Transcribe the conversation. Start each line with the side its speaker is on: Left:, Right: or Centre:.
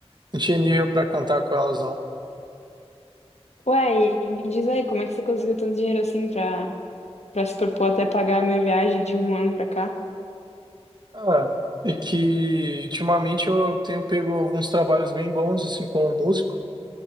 Right: não tinha nível para cantar com elas, não.
Left: Ué, e me diz aí, como é que você conseguiu tanto dinheiro assim pra, pra se propor até pagar a minha viagem de um ano pra cá?
Right: Ah, é que ultimamente eu tenho pego alguns trabalhos bem bons, assim, como músico.